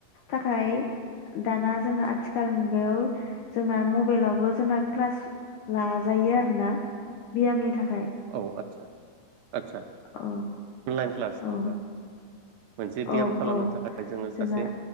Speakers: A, on the left; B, on the right.
A: थाखाय दाना जोंना आथिखाल मुगायाव जोंना मबाइलावबो जोंना क्लास लाजायो आरोना बियामनि थाखाय
B: औ आतसा आदसा
A: औ
B: अनलाइन क्लास नङा
A: औ
B: होमबा मोनसे बियाम
A: औ
B: खालामनो
A: औ
B: थाखाय जोङो सासे
A: जोंना